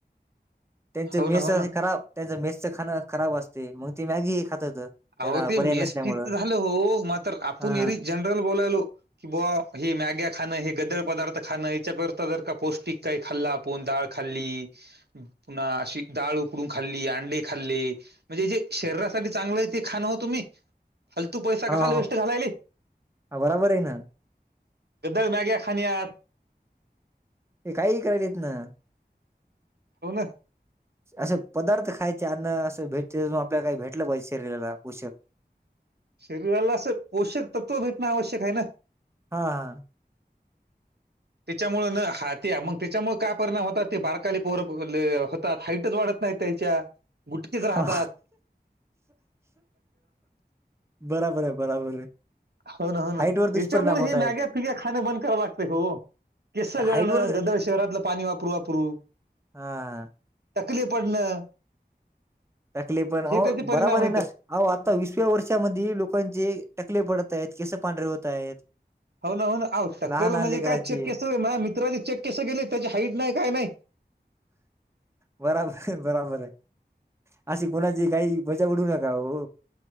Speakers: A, on the right; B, on the right.
A: त्यांचं
B: हो
A: मेस
B: ना हो
A: हि
B: ना
A: खराब त्यांचं मेसच खाणं हि खराब असते मग ते मॅगी खातात त्यांना
B: अहो ते
A: पर्याय
B: मेस
A: नसल्यामुळं
B: फी झालं हो म तर आपण
A: हा
B: एरी जनरल बोलायलो. कि बुआ हे मॅग्या खाणं हे गदळ पदार्थ खाणं यायाच्या जर का पौष्टिक काही खाल्ला कोण डाळ खाल्ली पुन्हा अशी डाळ उकडून खाल्ली अंडे खाल्ले म्हणजे जे शरीरासाठी चांगलं ते खाण तुम्ही फालतू पैसा का
A: हो
B: खाल वेस्ट घालायले
A: हो बराबर आहे ना
B: गदळ मॅगे खाण्यात
A: हे काही करायलाेत ना
B: हो ना
A: असे पदार्थ खायचे अ्न असं भेटते आपल्याला काही भेटलं पाहिजे शरीराला कष.
B: शरीराला असं पोषक तत्त्व भेटणं आवश्यक आहे ना
A: हा हा
B: त्याच्यामुळे न हा ते मग त्याच्यामुळे काय परिणाम होतात ते बारकाले पोर होतात हाईटच वाढत नाही त्यायाच्या बुटकेच राहतात.
A: हा बराबर आहे बराबर आहे
B: हो ना हो ना
A: हाईट वर दुष्परिणाम
B: याच्यामुळे
A: होत
B: हे मॅग्या
A: आहेत
B: फिग्या खाण बंद कराव लागते हो केसगळण
A: हाईट वर
B: गदळ शहरातलं पाणी वापरू वापरू
A: हा
B: टकले पडणं,
A: तकलीफ पण हो
B: हे त्याचे
A: बरोबर
B: परिणाम आहेत
A: आहे ना. अह आता विसव्या वर्षामध्ये लोकांचे टकले पडत आहेत केस पांढरे होत आहेत
B: हो ना हो ना टक्कल
A: लहान लहान
B: म्हणजे
A: लेकराचे
B: काय कस मित्राचे चेक केस गेले त्याची हईट नाही काय नाही
A: बराबर आहे बराबर आहे अशी कोणाची काही मज्जक उडवू नका हो